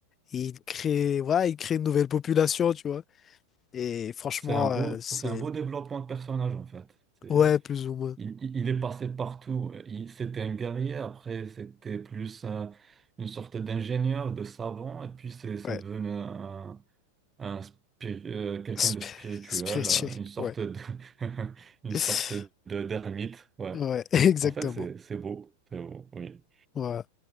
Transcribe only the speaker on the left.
Et il crée, voilà, il crée une nouvelle population, tu vois. Et franchement,
euh, c'est,
ouais, plus ou moins,
ouais,
Sp-
<laughs> spirituel,
ouais,
<laughs>
ouais, <laughs> exactement,
voilà.